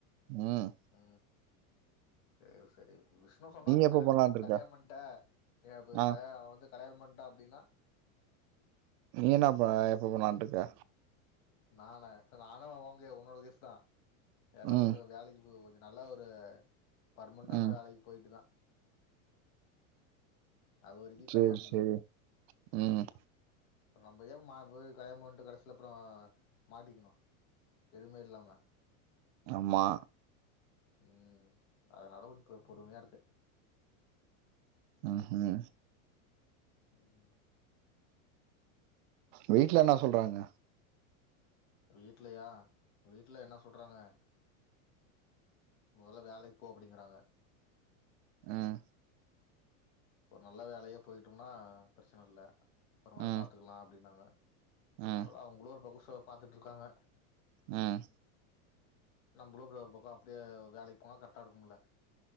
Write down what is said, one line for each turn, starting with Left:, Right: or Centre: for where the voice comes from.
Right: ம்.
Left: ம் செய்னு செரிவு விஷ்ணு சொன்னா நீ
Right: எப்ப
Left: கல்யாணோ
Right: பண்ணலான்ட்டு
Left: பன்னும்
Right: இருக்க?
Left: கல்யாணோ பண்ட்ட ய பு
Right: ஆ.
Left: கல்யாணோ அவெ வந்து கல்யாணோ பண்ட்டா அப்டினா
Right: நீ என்னப்பா எப்ப பண்லான்ருக்க
Left: நான நால வா ஓங்கே உங்களோட கேஸ் தா எல்லா
Right: ம்,
Left: கொஞ்சோ வேலைக்கு போ கொஞ்சோ நல்ல ஒரு பர்மென்டான
Right: ம்.
Left: வேலைக்கு போயிட்டு தா அது வரைக்கு
Right: சரி,
Left: கல்யாணோ
Right: சரி.
Left: இல்ல
Right: ம்.
Left: நம்ம ஏ மா போய் கல்யாணோ பண்ட்டு கடைசில அப்றோ மாட்டிக்கணு எதுவுமே இல்லாம
Right: ஆமா
Left: ம் அதுனால கொஞ்சோ பொ பொறுமையா இருக்கே
Right: ம் ஹும்
Left: ம்
Right: வீட்ல என்ன சொல்றாங்க
Left: வீட்லயா வீட்ல என்ன சொல்றாங்க மொதல்ல வேலைக் போ அப்புடிங்கிறாங்க
Right: ம்
Left: ஒரு நல்ல வேலையா போய்டம்னா ப்ரச்சன இல்ல அப்ரமால்
Right: ம்,
Left: பாத்துக்லா அப்டின்னாங்க
Right: ம்,
Left: அதுனால அவுங்களு ஒரு பக்கோ சோ பாத்துகுட்ருக்காங்க
Right: ம்
Left: நம்மளு அப்றோ ஒரு பக்கோ அப்டியே வேலைக்கி போன கரெக்டா இருக்குமுல்ல